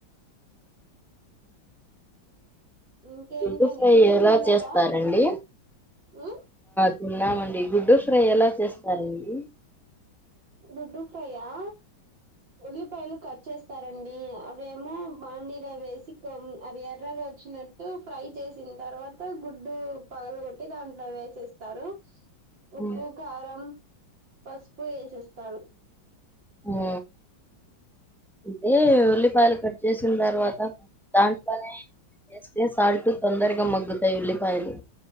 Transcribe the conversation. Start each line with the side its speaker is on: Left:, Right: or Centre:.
Right: ఇంకేంటండి
Centre: గుడ్డు ఫ్రై
Right: టిఫిన్
Centre: ఎలా
Right: తిన్నారా.
Centre: చేస్తారండి
Right: ఆ
Centre: తిన్నామండి గుడ్డు ఫ్రై ఎలా చేస్తారండి
Right: గుడ్డు ఫ్రై ఆ ఉల్లిపాయలు కట్ చేస్ స్తారండి ఎమో బాండిలో వేసి అవి ఎర్రగా వచ్చినట్టు ఫ్రై చేసిన తర్వాత గుడ్డు పగలగొట్టి దాంట్లో వేసేస్తారు. ఉప్పు
Centre: ఉమ్,
Right: కారం పసుపు ఏసేస్ తరు
Centre: ఓ హే ఉల్లిపాయలు కట్ చేసిన తర్వాత దాంట్లోనే వేస్తే సాల్ట్ తొందరగా మగ్గుతాయి ఉల్లిపాయలు